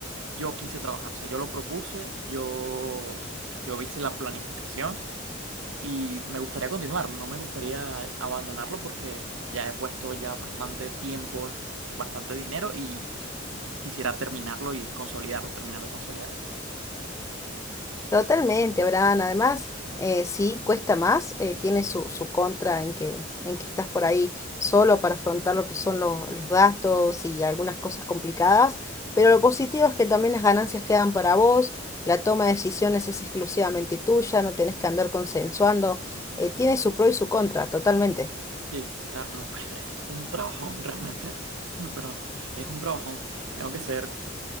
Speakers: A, on the right (about 85°); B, on the left (about 15°).
A: yo quise trabajar, o sea, yo lo propuse, yo, yo hice la planificación y me gustaría continuar, no me gustaría abandonarlo porque ya he puesto ya bastante tiempo, bastante dinero y quisiera terminarlo y consolidarlo, terminar de consolidarlo.
B: Totalmente, Abraham. Además, eh, sí, cuesta más, eh, tiene su, su contra en que, en que estás por ahí solo para afrontar lo que son lo- los gastos y algunas cosas complicadas, pero lo positivo es que también las ganancias quedan para vos, la toma de decisiones es exclusivamente tuya, no tenés que andar consensuando, eh, tiene su pro y su contra, totalmente.
A: Sí, claro, no, pues, es un trabajón realmente, Mm, perdón, es un trabajón. Tengo que ser